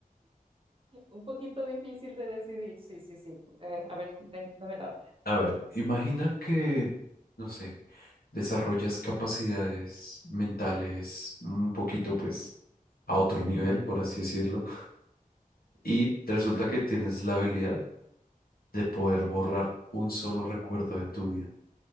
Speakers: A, on the right; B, on the left.
A: un poquito difícil de decidir. Sí, sí, sí. Eh, a ver, den- dame la otra.
B: A ver, imagina que, no sé, desarrollas capacidades mentales un poquito pues a otro nivel, por así decirlo, y resulta
A: Ujú.
B: que tienes la habilidad de poder borrar un solo recuerdo de tu vida.